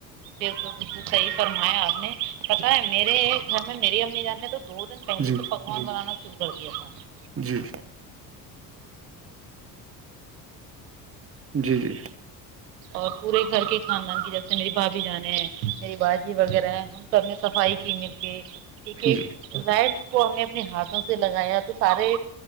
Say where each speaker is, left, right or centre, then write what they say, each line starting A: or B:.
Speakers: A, on the right; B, on the right.
A: بالکل بالکل صحیح فرمایا آپ نے پتا ہے میرے گھر میں میری امی جانے تو دو دن پہلے
B: جی
A: سے پکوان بنانا شروع کر دیا تھا
B: جی جی جی
A: اور پورے گھر کے خاندان کی جیسے میری بھاابھی جانے ہیں میری باجی وغیرہ ہیں ہم سب نے صفائی کی مل کے یک
B: جی
A: رائ اس کو ہم نے اپنے ہاتھوں سے لگایا تو سارے